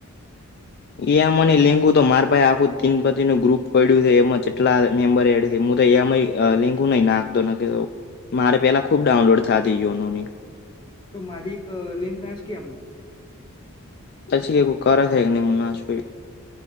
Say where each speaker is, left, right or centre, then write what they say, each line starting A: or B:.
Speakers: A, on the left; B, on the left.
A: એમ આઈ ની લિંક તો મારા પાસે આખું તીન પતિ નું ગ્રુ પડ્યું એમાં જેટલા મેમ્બરે એડ્યું હું તોમઈ. લિંકું નઈ નાખતો ન મારે પેલા ખુબ ડાઉનલોડ થતી નોની.
B: તો મારી એક લિંગ નાશકી એમાં.
A: અછી એવું કરાય ને <unintelligible>